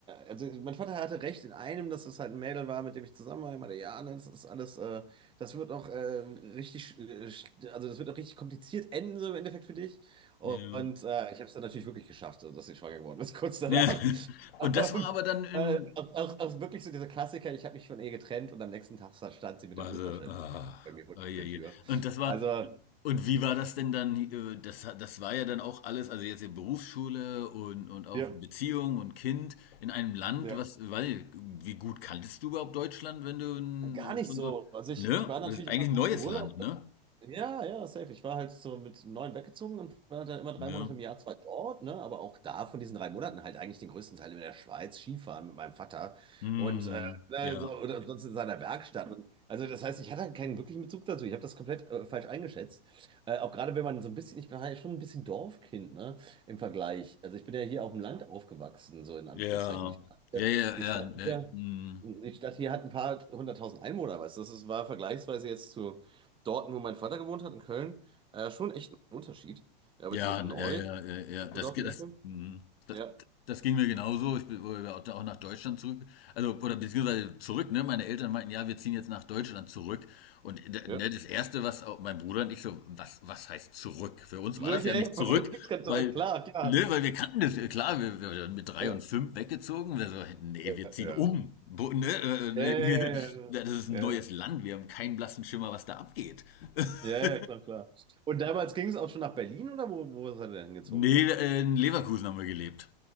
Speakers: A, on the right; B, on the left.
A: also mein Vater hatte recht in einem, dass es halt ein Mädel war, mit dem ich zusammen war. Er meinte, ja, ne, das ist alles, äh, das wird auch äh, richtig, äh, sch- also das wird auch richtig kompliziert enden, so im Endeffekt für dich. Und
B: Ja.
A: äh, ich habe es dann natürlich wirklich geschafft, also, dass sie schwanger geworden ist, <laughs> kurz danach.
B: Ja. <laughs>
A: Ähm,
B: Und das war aber dann in
A: äh, auch, auch, auch wirklich so dieser Klassiker, ich habe mich von ihr getrennt und am nächsten Tag stand sie mit
B: Basel.
A: dem Ultraschall
B: Ah,
A: bei mir vor
B: ah, je,
A: der
B: je.
A: Tür.
B: Und das war,
A: Also,
B: und wie war das denn dann? äh, Das, hat- das war ja dann auch alles, also jetzt in Berufsschule und, und auch
A: Ja,
B: Beziehung und Kind in einem Land,
A: ja.
B: was, weiß ich, wie gut kanntest du überhaupt Deutschland, wenn du in-
A: gar nicht
B: von
A: so.
B: so,
A: Also ich,
B: ne?
A: ich war natürlich
B: Das ist eigentlich
A: immer
B: ein neues
A: im Urlaub.
B: Land, ne?
A: Ja, ja, safe. Ich war halt so mit neun weggezogen und war dann immer drei
B: Ne?
A: Monate im Jahr zwar dort, ne, aber auch da von diesen drei Monaten halt eigentlich den größten Teil in der Schweiz Skifahren mit meinem Vater
B: Hm,
A: und äh, ne,
B: ja,
A: so, oder sonst in seiner Werkstatt. Und, also das heißt, ich hatte halt keinen wirklichen Bezug dazu. Ich habe das komplett äh, falsch eingeschätzt. Äh, auch gerade wenn man so ein bisschen, ich bin halt schon ein bisschen Dorfkind, ne, im Vergleich. Also ich bin ja hier auf dem Land aufgewachsen, so in Anführungszeichen.
B: ja,
A: Die Stadt hier,
B: ja, ja,
A: die Stadt
B: ja, ne,
A: hier,
B: hm.
A: die Stadt hier hat ein paar hunderttausend Einwohner, weißt du. Das ist, war vergleichsweise jetzt zu dort, wo mein Vater gewohnt hat, in Köln, äh, schon echt ein Unterschied. Ja, beziehungsweise
B: Ja,
A: Neuss,
B: ja, ja, ja, ja.
A: Düsseldorf
B: Das, geht-
A: die Ecke.
B: das, mhm. das,
A: Ja,
B: das ging mir genauso. Ich bin wurde auch auch nach Deutschland zurück. Also, oder beziehungsweise zurück, ne? Meine Eltern meinten, ja, wir ziehen jetzt nach Deutschland zurück. Und äh,
A: ja.
B: ne, das Erste, was auch mein Bruder und ich so, was, was heißt zurück? Für uns
A: Zurück,
B: war das ja
A: ey,
B: nicht
A: bei
B: zurück,
A: euch gibt's kein
B: weil,
A: Zurück, klar, klar.
B: ne, weil wir kannten das, äh, klar, wir, wir waren mit drei
A: Ja,
B: und fünf weggezogen. Wir so, nee,
A: ja,
B: wir ziehen
A: ja.
B: um. Bo, ne, äh,
A: Ja, ja,
B: ne, <laughs>
A: ja,
B: das ist ein
A: ja,
B: neues
A: ja,
B: Land, wir haben keinen blassen Schimmer, was da abgeht. <laughs>
A: Ja, ja, ja, klar, klar. Und damals ging es auch schon nach Berlin oder wo, wo seid ihr denn hingezogen?
B: Nee, äh, in Leverkusen haben wir gelebt.